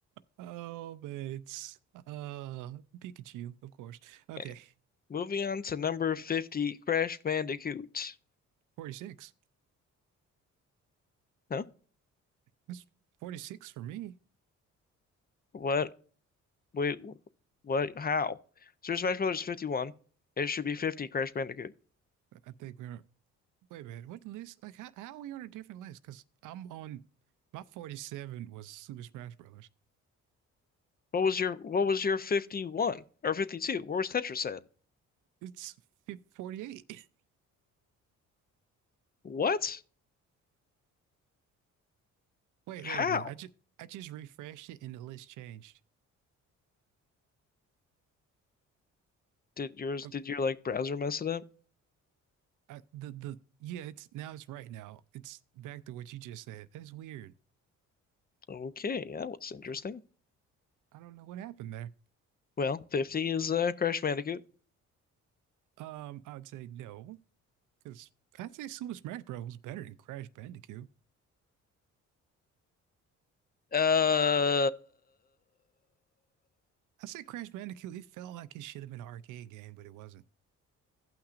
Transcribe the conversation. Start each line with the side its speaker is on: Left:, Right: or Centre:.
Right: Oh, but it's uh Pikachu, of course. Okay,
Left: Eh, Moving on to number 50, Crash Bandicoot.
Right: 46.
Left: Huh?
Right: That's 46 for me.
Left: What? Wait, what? How? Super Smash Brothers is 51. It should be 50 Crash Bandicoot.
Right: I think we're wait a minute. What list? Like how, how are we on a different list? Because I'm on my 47 was Super Smash Brothers.
Left: What was your what was your 51 or 52? Where was Tetris at?
Right: It's fif- 48. <laughs>
Left: What?
Right: Wait,
Left: How?
Right: wait a minute. I just I just refreshed it and the list changed.
Left: Did yours
Right: Uh,
Left: did your like browser mess it up?
Right: I, the the yeah, it's now it's right now. It's back to what you just said. That's weird.
Left: Okay, that was interesting.
Right: I, I don't know what happened there.
Left: Well, 50 is uh, Crash Bandicoot.
Right: Um, I would say no because I'd say Super Smash Bros. was better than Crash Bandicoot.
Left: Uh,
Right: I say Crash Bandicoot. It felt like it should have been an arcade game, but it wasn't.